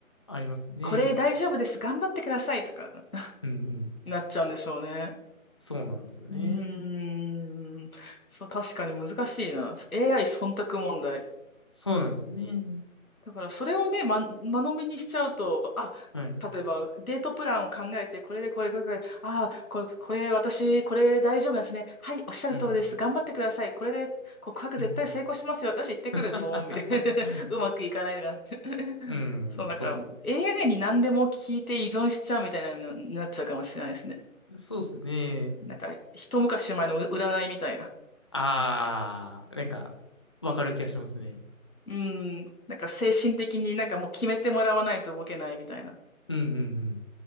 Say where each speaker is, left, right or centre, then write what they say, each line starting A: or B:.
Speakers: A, on the left (about 20°); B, on the left (about 80°).
A: ありますね。
B: これ大丈夫です。頑張ってくださいとか <laughs>
A: うんうん。
B: なっちゃうんでしょうね。
A: そうなんですよね。
B: うーん。そう、確かに難しいな。AI 忖度問題。
A: そうなんですよね。
B: だからそれをね、ま、間延びにしちゃうと、あ、
A: はい。
B: 例えばデートプランを考えて、これでこれ、これ、これ、ああ、これ、これ私、これで大丈夫なんですね。はい、おっしゃる通りです。
A: うん、
B: 頑張ってください。これで告白絶対成功しますよ。
A: うん。
B: よし、行ってくる。
A: <laughs>
B: ボーン、みたいな。<laughs> うまくいかないとかなって。
A: うん、
B: <laughs> そう、なんか
A: そうそ
B: AI に何でも聞いて依存しちゃうみたいなのになっちゃうかもしれないですね。
A: う。そうっすね。
B: なんか、一昔前のう占いみたいな。
A: あー、なんか、わかる気がしますね。
B: うん、なんか精神的になんかもう決めてもらわないと動けないみたいな。
A: うんうんうん。